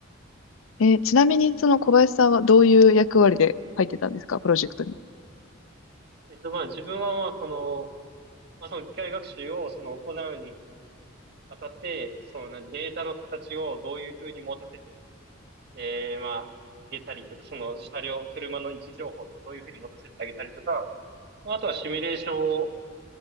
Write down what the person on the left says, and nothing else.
ー、えーちなみにその小林さんはどういう役割で入ってたんですか、プロジェクトに。